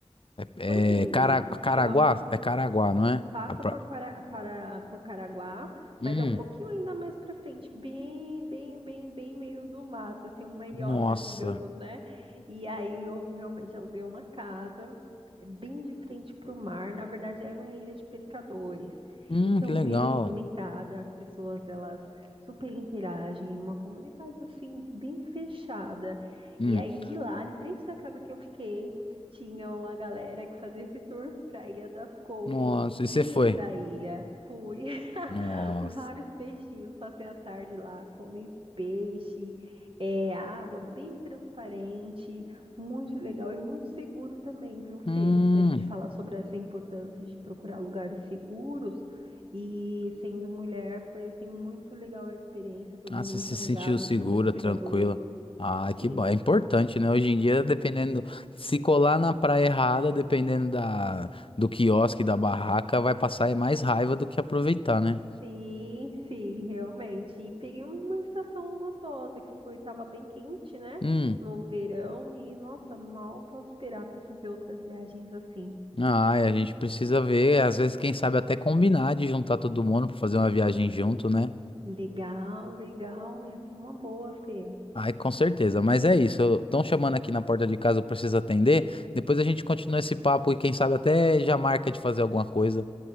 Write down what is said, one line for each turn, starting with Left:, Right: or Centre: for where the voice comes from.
Left: É
Right: Foi lindo.
Left: Cara-
Right: Pisciguaba
Left: Caraguá? É Caraguá, não é?
Right: passa
Left: A pra-
Right: por, Quara- para, por Caraguá,
Left: Hum,
Right: mas é um pouquinho ainda mais para frente, bem, bem, bem, bem meio do mato, assim, uma ilhota,
Left: nossa.
Right: digamos, né? E aí eu realmente aluguei uma casa eh, bem de frente para o mar, na verdade é uma ilha de pescadores,
Left: Hum,
Right: então
Left: que legal.
Right: bem movimentada, as pessoas elas super interagem, uma comunidade assim bem fechada.
Left: Hum,
Right: E aí de lá, de frente da casa que eu fiquei, tinha uma galera que fazia esse tour para a Ilha das Couves.
Left: nossa. E
Right: Linda
Left: você foi?
Right: a ilha. Fui. <laughs>
Left: Nossa.
Right: Vários peixinhos. Passei a tarde lá, comi peixe. É, água bem transparente, muito legal e muito seguro também, viu, Fê?
Left: Hum.
Right: A gente fala sobre essa importância de procurar lugares seguros e sendo mulher foi assim muito legal a experiência, todo
Left: Ah,
Right: mundo
Left: você
Right: muito
Left: se
Right: amigável,
Left: sentiu segura,
Right: todo muito cuidadoso.
Left: tranquila. Ah, que
Right: Sim.
Left: bom. É importante, né? Hoje em dia, dependendo. Se colar na praia errada, dependendo da, do quiosque, da barraca, vai passar mais raiva do que aproveitar, né?
Right: Sim, sim, realmente. E peguei uma estação gostosa que foi, tava bem quente, né?
Left: Hum.
Right: No verão e nossa, mal posso esperar para fazer outras viagens assim.
Left: Ah, e a gente precisa ver. Às vezes, quem sabe até combinar de juntar todo mundo pra fazer uma viagem junto, né?
Right: Legal, legal, ia ser uma boa, Fê.
Left: Ai, com certeza, mas é isso. Estão chamando aqui na porta de casa, eu preciso atender. Depois a gente continua esse papo e quem sabe até já marca de fazer alguma coisa.